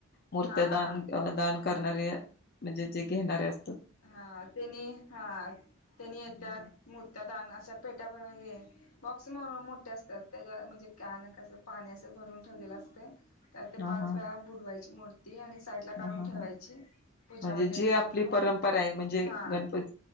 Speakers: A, on the left (about 45°); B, on the left (about 80°).
A: मूर्त्या
B: हा
A: दान
B: हा
A: दान
B: हा
A: करणारे म्हणजे ते घेणारे असतील
B: हा त्यांनी हा त्यांनी त्या
A: हा
B: मूर्त्या दान अस त्याच्या पेट्या भ हे बॉक्स मोठे असतात, त्याच्या म्हणजे कॅन कसं पाणी असं भरून ठेवलेलं असतं. त्या ते
A: हा
B: पाच
A: ह
B: वेळा बुडवायची मूर्ती ते आणि साईड ला काढून
A: ह
B: ठेवायची
A: ह
B: पूजा
A: म्हणजे
B: वगैरे
A: जी
B: करून
A: आपली
B: मग
A: परंपरा म्हणजे
B: हा
A: गणपती